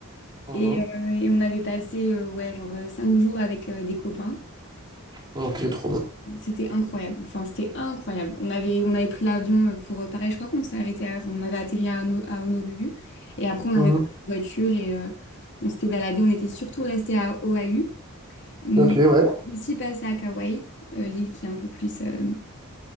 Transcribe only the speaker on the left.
Et, euh, et on avait passé, euh, ouais, genre euh, cinq jours avec euh, des copains.
C'était incroyable. Enfin, c'était incroyable. On avait, on avait pris l'avion euh, pour, euh, pareil, je crois qu'on s'est arrêté à, enfin, on avait atterri à, Hono- à Honolulu. Et après, on avait
pris une voiture et euh, on s'était baladé. On était surtout resté à Oahu, mais
aussi passé à Kauai, euh, l'île qui est un peu plus. euh,